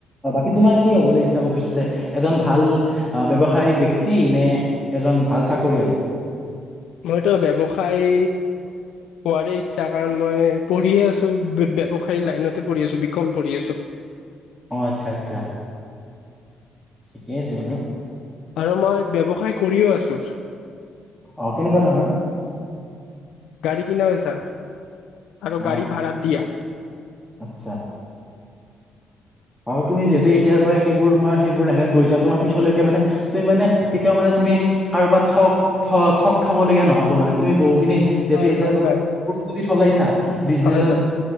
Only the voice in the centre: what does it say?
স তুমাৰ কি হবলৈ ইচ্ছা ভৱিষ্যতে এজন ভাল অহ ব্যৱসায়িক ব্যক্তি নে এজন ভাল চাকৰিয়াল
অঁ আচ্ছা আচ্ছা ঠিকে আছে বাৰু
অ কেনেকুৱা ধৰ ন
অ',
আচ্ছা আৰু তুমি যিহেতু এতিাৰ পৰা সেইবোৰ মই সেইোৰ লাইত গৈছা তোাৰিছলৈকে মানে তুমি মানে কেতিয়াও মানে তুমি কাৰোবাত থক থ ঠগ খাবলগীয়া নহব মানে তুমি বহুখিনি যিহেতু
এতিাৰ
পৰা
প্ৰস্তুতি চলাইছা বিজনেচত